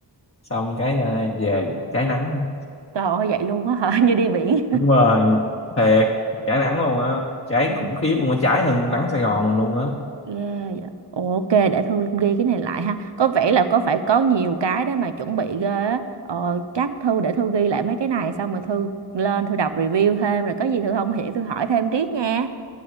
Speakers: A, on the left; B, on the right.
A: xong cái à, về cháy nắng
B: trời ơi vậy luôn á hả <laughs> như đi biển
A: đúng rồi thiệt cháy nắng luôn á cháy
B: Ừ.
A: khủng khiếp luôn á cháy hơn nắng Sài Gòn mình luôn á
B: Yeah, dạ. Ồ, Ok, để Thư ghi cái này lại ha. Có vẻ là có phải có nhiều cái để mà chuẩn bị ghê á. Ờ, chắc Thư để Thư ghi lại mấy cái này xong rồi Thư lên Thư đọc review thêm rồi có gì Thư không hiểu Thư hỏi thêm Triết nha.